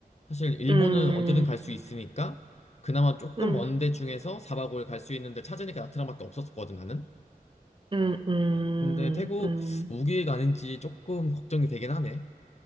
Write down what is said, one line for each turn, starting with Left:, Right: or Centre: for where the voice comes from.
Left: 사실 일본은
Right: 음,
Left: 언제든 갈 수 있으니까 그나마 조금
Right: 음,
Left: 먼 데 중에서 사박 5일 갈 수 있는데 찾으니까 나트랑밖에 없었거든 나는.
Right: 음, 음,
Left: 근데 태국
Right: 음,
Left: 우기가 아닌지 조금 걱정이 되긴 하네.